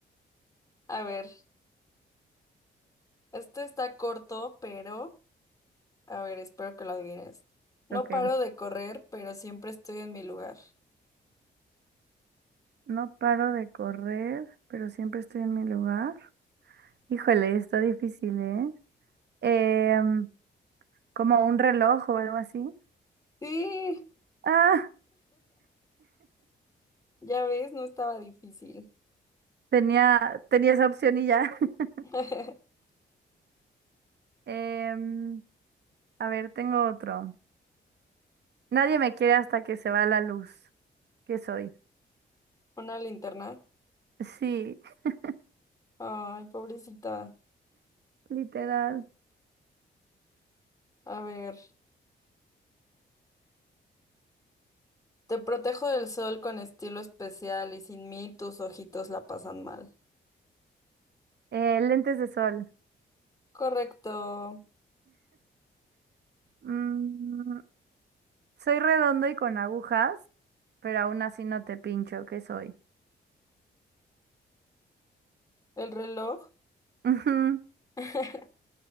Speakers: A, on the left; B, on the right.
A: A ver, este está corto, pero a ver, espero que lo adivines. No
B: Ok.
A: paro de correr, pero siempre estoy en mi lugar.
B: No paro de correr, pero siempre estoy en mi lugar. Híjole, está difícil, ¿eh? Em, como un reloj o algo así.
A: Sí,
B: Ah,
A: ya ves, no estaba difícil.
B: tenía, tenía esa opción y ya. <laughs>
A: <laughs>
B: Em, a ver, tengo otro. Nadie me quiere hasta que se va la luz. ¿Qué soy?
A: Una linterna.
B: Sí, <laughs>
A: Ay, pobrecita.
B: literal.
A: A ver, te protejo del sol con estilo especial y sin mí tus ojitos la pasan mal.
B: Eh, lentes de sol.
A: Correcto.
B: Mm, soy redondo y con agujas, pero aún así no te pincho. ¿Qué soy?
A: El reloj.
B: <laughs>
A: <laughs>